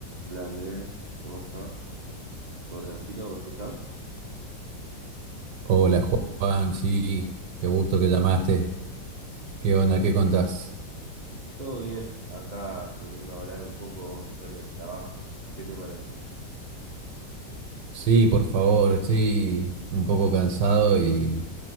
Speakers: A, on the right; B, on the right.
A: Hola Andrés, ¿cómo estás? ¿Todo tranquilo? ¿Me escuchás?
B: Hola Juan, sí, qué gusto que llamaste. ¿Qué onda? ¿Qué contás?
A: Todo bien, acá queriendo hablar un poco sobre el trabajo. ¿Qué te parece?
B: Sí, por favor, estoy un poco cansado y,